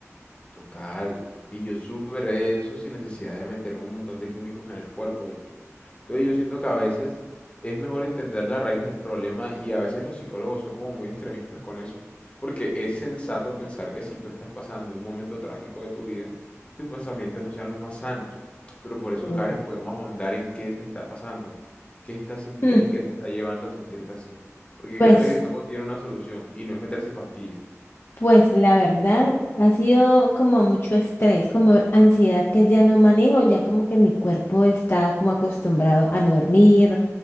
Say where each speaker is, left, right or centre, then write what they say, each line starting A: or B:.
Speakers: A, on the left; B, on the left.
A: total. Y yo superé eso sin necesidad de meterme un montón de químicos en el cuerpo, ¿viste? Entonces yo siento que a veces es mejor entender la raíz del problema y a veces los psicólogos son como muy extremistas con eso. Porque es sensato pensar que si tú estás pasando un momento trágico de tu vida, tus pensamientos no sean los más sanos. Pero por eso,
B: Sí.
A: Karen, podemos ahondar en qué te está pasando, qué estás sintiendo
B: Mm,
A: y qué te está llevando a sentirte así. Porque
B: Pues,
A: créeme que todo tiene una solución y no es meterse pastillas.
B: pues la verdad ha sido como mucho estrés, como ansiedad que ya no manejo, ya como que mi cuerpo está como acostumbrado a no dormir,